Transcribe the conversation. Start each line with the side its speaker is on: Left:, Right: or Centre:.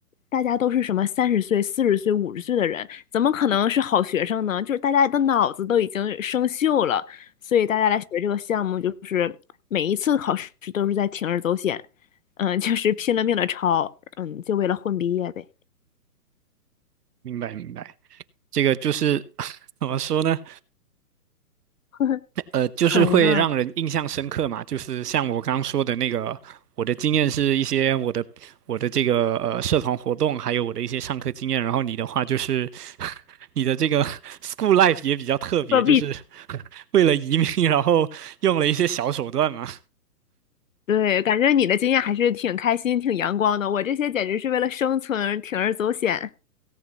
Left: 大家都是什么三十岁、四十岁、五十岁的人，怎么可能是好学生呢？就是大家的脑子都已经生锈了，所以大家来学这个项目，就是每一次考试都是在铤而走险，嗯，<laughs> 就是拼了命的抄，嗯，就为了混毕业呗，
Right: 明白，明白。这个就是 <laughs> 怎么说呢？
Left: <laughs>
Right: 呃，就是会让人印象深刻嘛。
Left: 很无奈。
Right: 就是像我刚刚说的那个，我的经验是一些我的我的这个呃社团活动，还有我的一些上课经验。然后你的话就是 <laughs> 你的这个 <laughs> school life 也比较特别，
Left: 作弊
Right: 就是 <laughs> 为了移民，然后用了一些小手段嘛。
Left: 对，感觉你的经验还是挺开心、挺阳光的。我这些简直是为了生存，铤而走险，